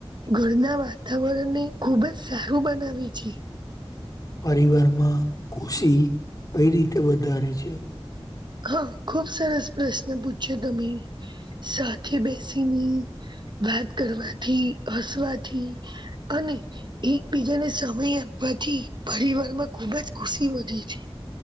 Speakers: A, on the right; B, on the left.
A: ઘરના વાતાવરણને ખુબ જ સારું બનાવે છે
B: પરિવારમાં ખુશી કઈ રીતે વધારે છે?
A: હા ખુબ સરસ પ્રશ્ન પૂછ્યો તમે સાથે બેસીને વાત કરવાથી હસવાથી અને એકબીજાને સમય આપ પછી પરિવાર માં ખુબ જ ખુશી વધી છે